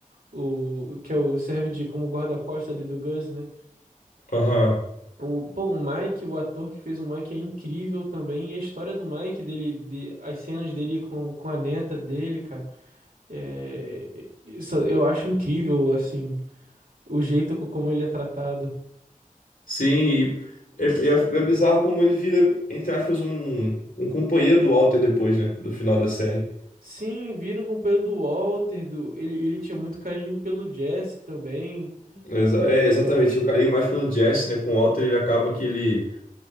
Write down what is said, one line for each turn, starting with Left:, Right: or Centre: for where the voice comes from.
Right: O, que é o, serve de como guarda-costas ali do Gus, né?
Left: Aham.
Right: O, pô, o Mike, o ator que fez o Mike é incrível também. E a história do Mike, dele, de, as cenas dele com, com a neta dele, cara. É, isso eu acho incrível, assim, o jeito co- como ele é tratado.
Left: Sim, e é, é- é bizarro como ele vira, entre aspas, um, um companheiro do Walter depois, né? No final da série.
Right: Sim, viram com o pelo do Walter, do... Ele, ele tinha muito carinho pelo Jesse também.
Left: Exa-
Right: É,
Left: é, exatamente. O carinho mais pelo Jesse, né? Com o Walter, ele acaba que ele.